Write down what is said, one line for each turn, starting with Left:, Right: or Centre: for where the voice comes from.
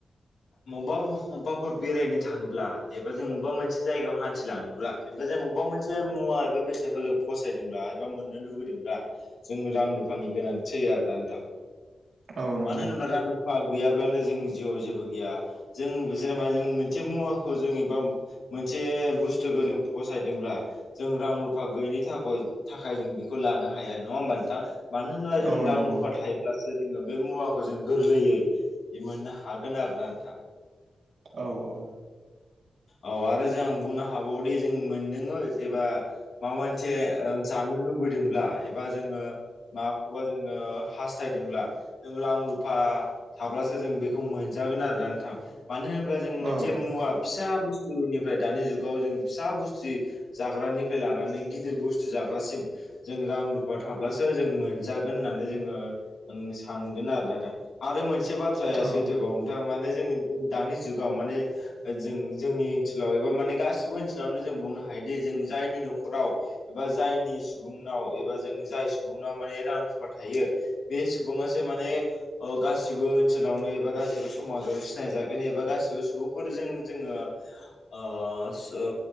Left: बबेबा अबेबाफोर बेरायनो थाङोब्ला एबा जों अबेबा मोनसे जायगायाव हान्थिलांनोब्ला एबा जों अबेबा मोनसे मुवा एबा बेसादखौ जों फसायदोंब्ला एबा मोननो लुबैदोंब्ला जों रां रुफानि गोनांथि आरोना नोंथां
Right: औ नंगौ
Left: मानो होनोबा रां गैयाब्लानो जों जिउआव जेबो गैया जों जेनेबा जों मोनसे मुवाखौ जों एबा मोनसे बुस्थुखौ जों फसायदोंब्ला जों रां रुफा गैयैनि थाखय थाखाय जों बेखौ लानो हाया नङा होनबा नोंथां मानो होनबा जों
Right: औ
Left: रां
Right: नंगौ
Left: रुफा थायोब्लासो जोंङो बे मुवाखौ जों गोरलैयै मोननो हागोन आरोना नोंथां।
Right: औ औ।
Left: औ आरो जोंं बुंनो हाबावो दे जों मोनदङो जेबा माबा मोनसे ओ जानो लुगैदोंब्ला एबा जोंङो माखौबा जोंङो हासथाय दोंब्ला जों रां रुफा थाब्लासो जों बेखौ मोनजागोन आरो नोंथां मानो होनोब्ला जों मोनसे
Right: औ
Left: मुवा फिसा बुस्थुनिफ्राय दानि जुगाव जों फिसा बुस्थु जाग्रानिफ्राय लानानै गिदिर बुस्थु जाग्रासिम जों रां रुफा थाब्लासो जों मोनजागोन होननानै जोंङो सानगोन आरो नोंथां आरो मोनसे बाथ्राया
Right: औ
Left: सैथोबाव नोंथां। माने दानि जुगाव माने जों जोंनि ओनसोलाव एबा माने गासिबो ओनसोलावनो जों बुंनो हायोदि जों जायनि नखराव एबा जायनि सुबुंनाव एबा जों जाय सुबुंनाव माने रां रुफा थायो। बे सुबुङासो माने गासिबो ओनसोलावनो एबा गासिबो समाजाव सिनायजागोन एबा गासि गासिबो सुबुंफोरजों जोंङो ओ ओ